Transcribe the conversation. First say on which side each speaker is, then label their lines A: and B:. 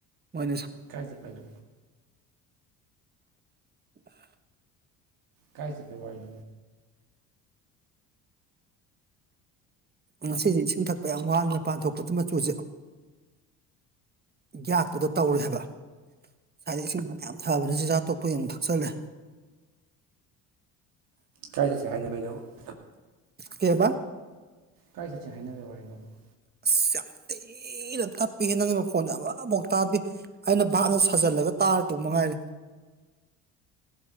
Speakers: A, on the right; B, on the right.
A: ꯃꯣꯏ
B: ꯀꯥꯏ ꯆꯦꯄꯥꯏꯅ
A: <inaudible>
B: ꯀꯥꯏ ꯆ <inaudible> ꯑꯗꯨ ꯋꯥ <inaudible>
A: ꯉꯁꯤꯗꯤ ꯏꯁꯤꯡ ꯊꯛꯄ ꯌꯥꯝ ꯋꯥꯠꯂꯥ ꯃꯄꯅ ꯇꯀꯞꯗꯥ ꯃꯆꯨꯁꯦ ꯌꯥꯛꯄꯗꯣ ꯇꯧꯏ ꯍꯥꯌꯕ ꯍꯥꯌꯗꯤ ꯑꯦꯁꯤꯌꯁꯨ ꯌꯅ ꯊꯛꯑꯕꯥꯟ ꯆꯀꯆꯇꯣꯀꯄꯩ ꯑꯃꯨꯛ ꯊꯛꯆꯥꯂꯦ
B: ꯀꯥꯏ ꯆꯠꯁꯦ ꯍꯥꯏꯅꯕꯩꯅꯣꯕ <inaudible>
A: ꯀꯩꯕ
B: ꯀꯥꯏ ꯆꯠꯁꯦ ꯍꯥꯏꯅꯒꯦ ꯋꯥꯔꯤꯅꯣꯕ <inaudible>
A: ꯑꯁ ꯌꯥꯝ ꯊꯤꯅ ꯇꯞꯄꯤ ꯅꯪꯒꯤ ꯃꯣꯟꯗ ꯑꯃꯐꯨꯥꯎ ꯇꯥꯔꯗꯤ ꯑꯩꯅ ꯚꯞꯅ ꯁꯥꯖꯤꯜꯂꯒ ꯇꯥꯔꯗꯧ ꯃꯉꯥꯏꯔꯦ